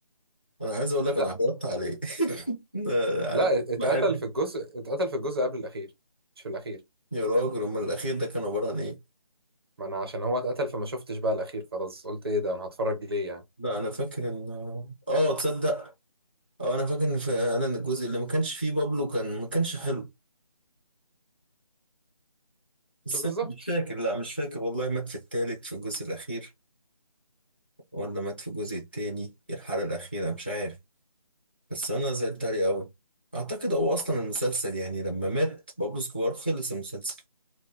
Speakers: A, on the left; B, on the right.
A: أنا عايز أقول لك
B: لا
A: أنا عرضت عليه <laughs> ده
B: لا اتقتل
A: بحب
B: في الجزء اتقتل في الجزء قبل الاخير مش في الاخير
A: يا راجل أمال الأخير ده كان عبارة عن إيه؟
B: ما انا عشان هو اتقتل فما شفتش بقى الاخير خلاص قلت ايه ده انا هتفرج ليه يعني
A: لا أنا فاكر إن آه تصدق آه أنا فاكر إن فعلا الجزء اللي ما كانش فيه بابلو كان ما كانش حلو بس
B: بالظبط
A: مش فاكر لا مش فاكر والله مات في التالت في الجزء الأخير ولا مات في الجزء التاني الحلقة الأخيرة مش عارف بس أنا زعلت عليه أوي أعتقد هو أصلا المسلسل يعني لما مات بابلو سكوار خلص المسلسل